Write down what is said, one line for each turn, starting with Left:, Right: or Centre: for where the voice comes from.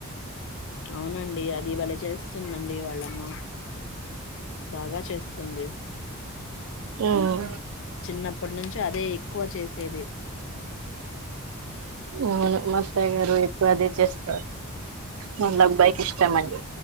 Left: అవునండి అది భలే చేస్తుందండి వాళ్ళమ్మ బాగా చేస్తుంది
Right: మ్మ్
Left: చిన్నప్పటి నుంచి చ్చదే తక్కువ చేసేది
Right: అవును మాత్తయగారు ఎక్కువ అది చేస్త నంద అబ్బాయికి ఇష్టమని